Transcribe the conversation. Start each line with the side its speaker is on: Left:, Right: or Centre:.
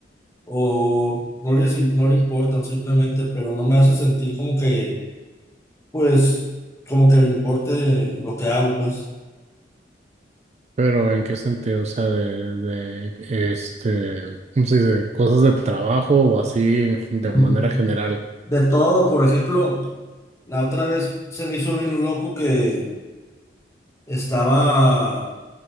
Left: o no le, no le importan simplemente, pero no me hace sentir como que, pues, como que le importe lo que hago, pues.
Right: Pero ¿en qué sentido? O sea, de, de este, ¿cómo se dice? Cosas de trabajo o así en gen- de
Left: Mm,
Right: manera general.
Left: De todo, por ejemplo, la otra vez se me hizo bien loco que estaba...